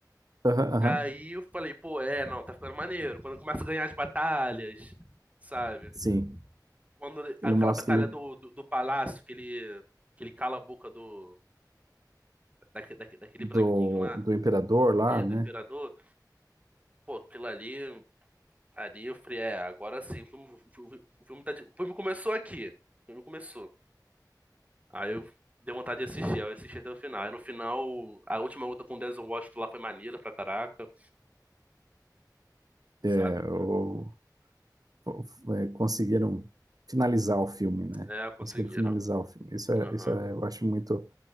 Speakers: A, on the right (about 60°); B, on the right (about 20°).
A: Aham, aham.
B: aí eu falei, pô, é, não, tá ficando maneiro, quando começa a ganhar as batalhas, sabe?
A: Sim.
B: Quando aquela
A: Ele mostra
B: batalha
A: que ele
B: do, do, do palácio, que ele, que ele cala a boca do, daque- daque- daquele
A: do,
B: branquinho lá,
A: do imperador lá,
B: é,
A: né?
B: do imperador, pô, aquilo ali, ali eu falei, é, agora sim, o filme, o filme, o filme tá de- o filme começou aqui. O filme começou. Aí eu dei vontade de assistir, aí eu assisti até o final. Aí no final, a última luta com o Denzel Washington lá foi maneira pra caraca, sabe?
A: É, o, fo- é, conseguiram finalizar o filme, né?
B: É, conseguiram.
A: Conseguiram finalizar o filme. Isso é,
B: Aham,
A: isso é, eu acho muito